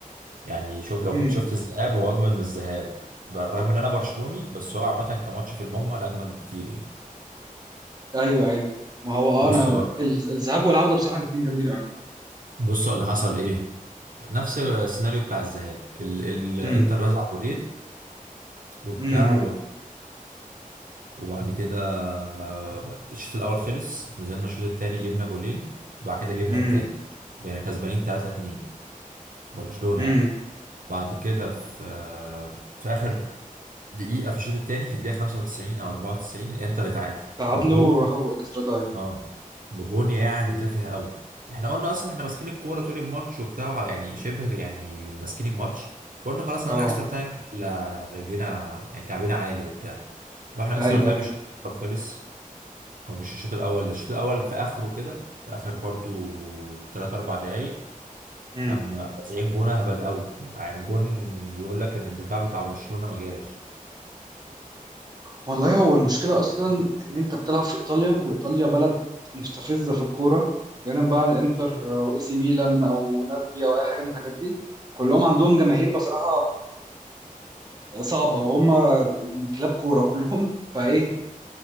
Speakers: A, on the right; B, on the right.
A: يعني شوف لو
B: امم
A: كنت شفت الذهاب هو اجمل من الذهاب بالرغم ان انا برشلوني بس هو عامه كماتش في المجمل اجمل بكتير يعني
B: ايوه ايوه ما هو اه
A: بص
B: انا
A: بقى
B: ال- الذهاب والعوده بصراحه الاثنين جامدين قوي
A: بص هو اللي حصل ايه نفس السيناريو بتاع الذهاب ال- ال- الانتر
B: امم
A: رزع جولين وبتاع
B: امم
A: و... وبعد كده آه، الشوط الاول خلص نزلنا الشوط التاني جبنا جولين وبعد كده جبنا
B: امم
A: التالت بقينا كسبانين 3 2 برشلونة
B: امم
A: يعني بعد كده في آه، في اخر دقيقة في الشوط التاني في الدقيقة 95 او 94 الانتر اتعادل
B: تعادلوا
A: بجول
B: وراحوا اكسترا تايم
A: اه بجول يعني
B: امم
A: تافه قوي احنا قلنا اصلا احنا ماسكين الكورة طول الماتش وبتاع يعني شبه يعني ماسكين الماتش فقلنا خلاص هنعمل
B: اه
A: اكسترا تايم إحنا رجلينا يعني كعبنا عالي وبتاع رحنا
B: ايوه
A: اكسترا تايم الشوط الأول خلص هو مش الشوط الاول ده الشوط الاول في اخره كده في اخر برضو 3 4 دقايق
B: ايوه
A: اما 90 جون اهبل قوي يعني جون يقول لك ان الدفاع بتاع برشلونة ما جاش
B: والله هو المشكلة أصلا إن أنت بتلعب في إيطاليا وإيطاليا بلد مستفزة في الكورة بعيدا بقى عن الإنتر وإي سي ميلان أو نابولي أو أي حاجة من الحاجات دي كلهم عندهم جماهير بصراحة صعبة وهم يعني كلاب كورة كلهم <laughs> فإيه